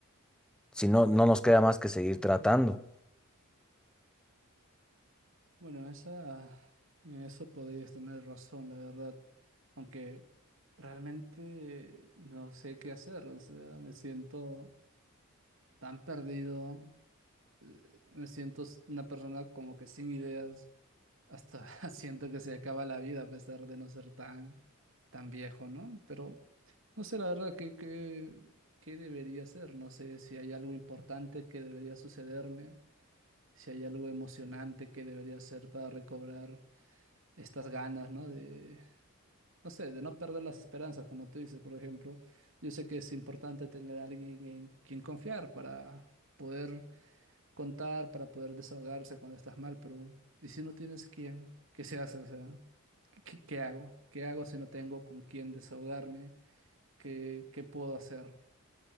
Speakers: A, in the centre; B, on the right.
A: si no, no nos queda más que seguir tratando.
B: Bueno, esa, en eso podrías tener razón, la verdad. Aunque realmente no sé qué hacer, o sea, me siento tan perdido eh, Me siento s- una persona como que sin ideas, hasta <laughs> siento que se acaba la vida a pesar de no ser tan, tan viejo, ¿no? Pero no sé la verdad qué, qué, qué debería ser, no sé si hay algo importante que debería sucederme, si hay algo emocionante que debería hacer para recobrar estas ganas, ¿no? De, no sé, de no perder las esperanzas, como tú dices, por ejemplo. Yo sé que es importante tener a alguien en quien confiar para poder contar para poder desahogarse cuando estás mal, pero ¿y si no tienes quién? ¿Qué se hace? O sea, ¿qué, qué hago? ¿Qué hago si no tengo con quién desahogarme? ¿Qué, qué puedo hacer?